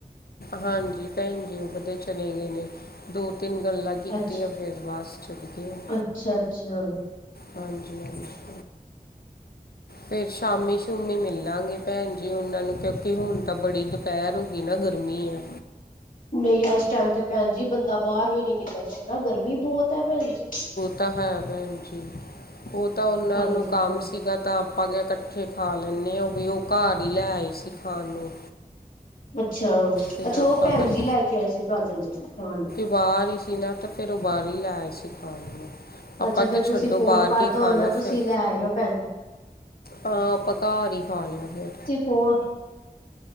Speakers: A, on the left; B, on the left.
A: ਹਾਂਜੀ ਭੈਣ ਜੀ ਉਕਦੋ ਦੇ ਚਲੇ ਗਏ ਨੇ। ਦੋ -ਤਿੰਨ ਗੱਲਾਂ ਕਿੱਤਿਆਂ
B: ਅੱਛਾ
A: ਫਿਰ ਬਸ ਚਲਗੇ ਓ।
B: ਅੱਛਾ ਅੱਛਾ
A: ਹਾਂਜੀ-ਹਾਂਜੀ ਫਿਰ ਸ਼ਾਮੀ ਸ਼ੂਮੀ ਮਿਲਾਂਗੇ ਭੈਣ ਜੀ ਉਹਨਾਂ ਨੂੰ ਕਿਉਂਕਿ ਹੁਣ ਤਾਂ ਬੜੀ ਗ ਪੈਰ ਹੋ ਗਈ ਨਾ ਗਰਮੀ ਆ।
B: ਨਈ ਇਸ ਟੈਮ ਤੇ ਭੈਣ ਜੀ ਬੰਦਾ ਬਾਰ ਵੀ ਨੀ ਨਿਕਲ ਸਕਦਾ ਗਰਮੀ ਬੋਤ ਐ ਭੈਣ ਜੀ।
A: ਤਆਂ ਭੈਣ ਜੀ ਓ ਤਾਂ ਉਹਨਾਂ
B: ਹਾਂਜੀ
A: ਨੂੰ ਕੰਮ
B: ਭੈਣ
A: ਸੀਗਾ ਤਾਂ ਆਪਾਂਗੇ ਕੱਠੇ ਖਾ ਲੈਂਦੇ ਆ ਵੀ ਓ ਘਾਰ ਈ ਲੈ ਆਏ ਸੀ ਖਾਣ ਨੂੰ
B: ਅੱਛਾ-ਅੱਛਾ
A: ਫਿਰ ਆਪਾਂ
B: ਓ ਭੈਣ
A: ਇਕੱਠੇ
B: ਜੀ ਲੈ ਕੇ ਆਏ ਸੀ ਫਾਦਰ ਦੇ ਸਥਾਨ
A: ਬਾਰ ਹੀ ਸੀ ਨਾ ਤੇ ਫਿਰ ਉਹ ਬਾਰ ਈ ਲੈ ਆਏ ਸੀ ਪਾਣੀ ਨੂੰ ਆਪਾਂ
B: ਅੱਛਾ ਫੇਰ
A: ਕਿ ਛੱਡੋ
B: ਤੁਸੀਂ ਫੋਨ
A: ਬਾਰ
B: ਕਰਤਾ
A: ਕੇ ਖਾਣਾ
B: ਹੋਣਾ ਤੁਸੀਂ
A: ਫਿਰ
B: ਲੈ ਆਇਓ ਭੈਣ
A: ਹਾਂ ਆਪਾਂ ਘਰ ਹੀ ਖਾ ਲਿਆ ਫਿਰ
B: ਹੋਰ